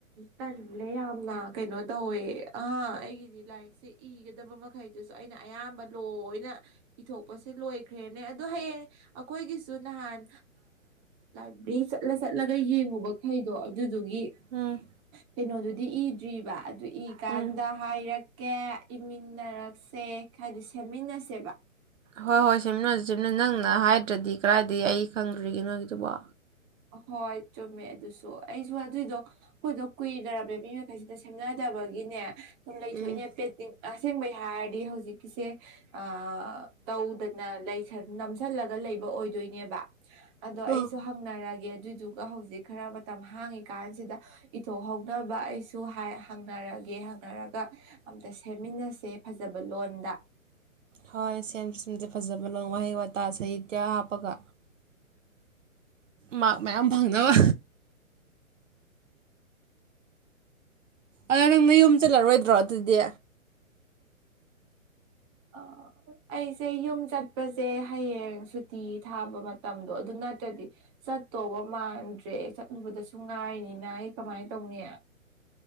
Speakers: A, on the right (about 20°); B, on the right (about 60°).
A: ꯇꯜꯂꯦ ꯌꯥꯝꯅ ꯀꯩꯅꯣ ꯇꯧꯋꯦ ꯑ ꯑꯩꯒꯤꯗꯤ ꯂꯥꯏꯔꯤꯛꯁꯦ ꯏꯒꯗꯕ ꯃꯈꯩꯗꯨꯁꯨ ꯑꯩꯅ ꯑꯌꯥꯝꯕ ꯂꯣꯏꯅ ꯏꯊꯣꯛꯄꯁꯦ ꯂꯣꯏꯈ꯭ꯔꯦꯅꯦ ꯑꯗꯣ ꯍꯌꯦꯡ ꯑꯩꯈꯣꯏꯒꯤꯁꯨ ꯅꯍꯥꯟ ꯂꯥꯏꯕ꯭ꯔꯦꯔꯤ ꯆꯠꯂ ꯆꯠꯂꯒ ꯌꯦꯡꯉꯨꯕ ꯃꯈꯩꯗꯣ ꯑꯗꯨꯗꯨꯒꯤ
B: ꯎꯝ
A: ꯀꯩꯅꯣꯗꯨꯗꯤ ꯏꯗ꯭ꯔꯤꯕ ꯑꯗꯨ ꯏꯀꯥꯟꯗ
B: ꯎꯝ
A: ꯍꯥꯏꯔꯛ ꯀꯦ ꯏꯃꯤꯟꯅꯔꯛꯁꯦ ꯍꯥꯏꯗꯤ ꯁꯦꯝꯃꯤꯟꯅꯁꯦꯕ
B: ꯍꯣꯏ ꯍꯣꯏ ꯁꯦꯝꯃꯤꯅꯣ ꯁꯦꯝꯃꯤꯅ ꯅꯪꯅ ꯍꯥꯏꯗ꯭ꯔꯗꯤ ꯀꯗꯥꯏꯗꯒꯤ ꯑꯩ ꯈꯪꯗ꯭ꯔꯤꯒꯦ ꯅꯣꯏꯒꯤꯗꯨꯕꯣ
A: ꯍꯣꯏ ꯆꯨꯝꯃꯦ ꯑꯗꯨꯁꯨ ꯑꯩꯁꯨ ꯑꯗꯨꯏꯗꯣ ꯑꯩꯈꯣꯏꯗꯣ ꯀꯨꯏꯗꯝꯃꯦ ꯃꯤ ꯀꯩꯁꯤꯗ ꯁꯦꯝꯅꯗꯕꯒꯤꯅꯦ ꯁꯨꯝ ꯂꯩꯊꯣꯛꯏꯅꯦ
B: ꯎꯝ
A: ꯄꯦꯇꯤꯡ ꯑꯁꯦꯡꯕꯩ ꯍꯥꯏꯔꯗꯤ ꯍꯧꯖꯤꯛꯀꯤꯁꯦ ꯑꯥ ꯇꯧꯗꯅ ꯂꯩꯗꯅ ꯅꯝꯁꯤꯜꯂꯒ ꯂꯩꯕ ꯑꯣꯏꯗꯣꯏꯅꯦꯕ ꯑꯗꯣ
B: ꯍꯣꯏ
A: ꯑꯩꯁꯨ ꯍꯪꯅꯔ ꯑꯗꯨꯗꯨꯒ ꯍꯧꯖꯤꯛ ꯈꯔ ꯃꯇꯝ ꯍꯥꯡꯉꯤ ꯀꯥꯟꯁꯤꯗ ꯏꯊꯣꯛꯍꯧꯅꯕ ꯑꯩꯁꯨ ꯍꯥꯏ ꯍꯪꯅꯔꯒꯦ ꯍꯪꯅꯔꯒ ꯑꯝꯇ ꯁꯦꯝꯃꯤꯟꯅꯁꯦ ꯐꯖꯕ ꯂꯣꯟꯗ
B: ꯍꯣꯏ ꯁꯦꯝꯁꯦ ꯐꯖꯕ ꯋꯥꯍꯩ ꯋꯥ ꯇ ꯁꯍꯤꯇꯤꯌꯥ ꯍꯥꯞꯄꯒ ꯃꯥꯛ ꯃꯌꯥꯝ ꯐꯪꯅꯕ ꯑꯗꯣ ꯅꯪ ꯅꯌꯨꯝ ꯆꯠꯂꯔꯣꯏꯗ꯭ꯔꯣ ꯑꯗꯨꯗꯤ
A: ꯑ ꯑꯩꯁꯦ ꯌꯨꯝ ꯆꯠꯄꯁꯦ ꯍꯌꯦꯡ ꯁꯨꯇꯤ ꯊꯥꯕ ꯃꯇꯝꯗꯣ ꯑꯗꯨ ꯅꯠꯇ꯭ꯔꯗꯤ ꯆꯠꯇꯧꯕ ꯃꯥꯟꯗ꯭ꯔꯦ ꯆꯠꯂꯨꯕꯗꯁꯨ ꯉꯥꯏꯅꯤꯅ ꯑꯩ ꯀꯃꯥꯏꯅ ꯇꯧꯅꯤ